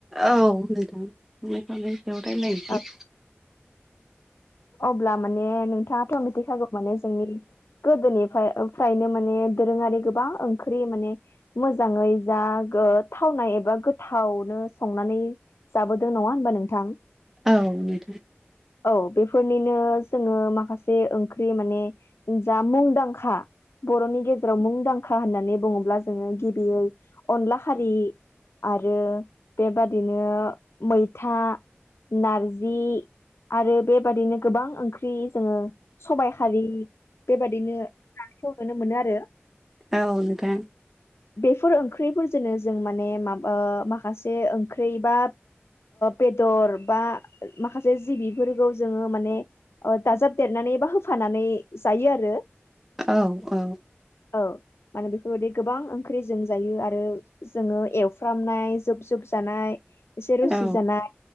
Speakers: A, in the centre; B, on the left (about 80°).
A: औ नोंथां संनाय खावनायनि सायाव रायलायनोसै।
B: औ अब्ला माने नोंथांङा मिथिखागौ माने जोंनि गोदोनिफाय फ्रायनो माने दोरोंङारि गोबां ओंख्रि माने ‌ मोजांङै जा गोथावनाय एबा गोथावनो संनानै जाबोदों नंङा होमबा नोंथां?
A: औ नोंथां।
B: औ बेफोरनिनो जोङो माखासे ओंख्रि माने जा मुंदांखा बर'नि गेजेराव मुंदांखा होननानै बुङोब्ला जोङो गिबियै अनलाखारि आरो बेबादिनो मैथा नारजि आरो बेबादिनो गोबां ओंख्रि जोङो सबाइ हारि बेबादिनो जानायखौ नुनो मोनो आरो।
A: औ नोंथां।
B: बेफोर ओंख्रिफोरजोंनो जों माने माबा ओ माखासे ओं ख्रि बा बेदर बा माखासे जि बिफोरखौ जोंङो माने दाजाबदेरनानै बा होफानानै जायो आरो।
A: औ औ
B: औ माने बेफोरबायदि गोबां ओंख्रि जों जायो आरो जोंङो एवफ्रामनाय जुब जुब जानाय एसे रुसि
A: औ
B: जानाय